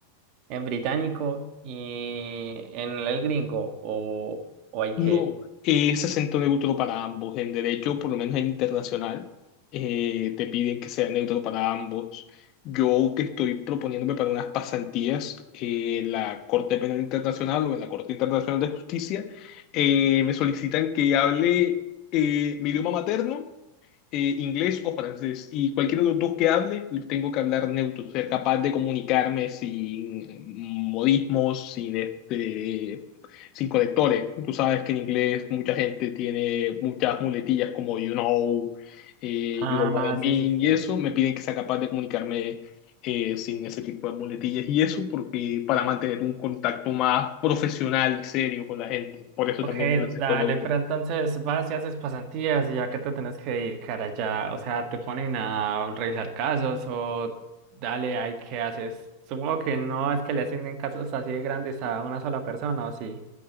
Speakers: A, on the right; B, on the left.
A: en británico y en el gringo, o, o hay que.
B: No, es acento neutro para ambos. En derecho, por lo menos en internacional, eh, te piden que sea neutro para ambos. Yo que estoy proponiéndome para unas pasantías eh, en la Corte Penal Internacional o en la Corte Internacional de Justicia, eh, me solicitan que hable eh, mi idioma materno eh, inglés o francés. Y cualquier de los dos que hable, los tengo que hablar neutro, ser capaz de comunicarme sin modismos, sin este, sin conectores. Tú sabes que en inglés mucha gente tiene muchas muletillas como you know, eh,
A: Ah,
B: you know what I mean,
A: sí, sí, sí.
B: y eso me piden que sea capaz de comunicarme. eh, sin ese tipo de muletillas y eso porque para mantener un contacto más profesional y serio con la gente, por eso
A: Ok,
B: también el acento
A: dale,
B: neutro.
A: pero entonces vas y haces pasantías y ya que te tenés que dedicar allá, o sea, te ponen a revisar casos o dale, ahí qué haces. Supongo que no es que le asignen casos así de grandes a una sola persona, ¿o sí?